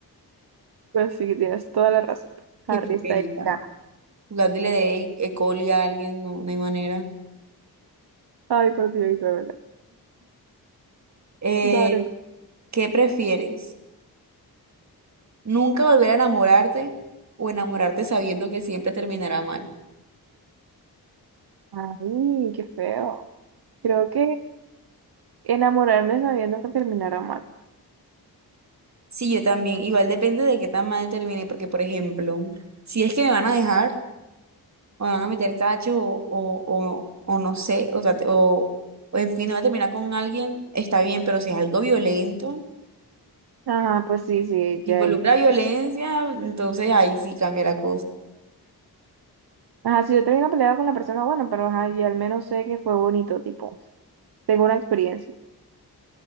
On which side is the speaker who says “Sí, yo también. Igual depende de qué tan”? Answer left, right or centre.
Right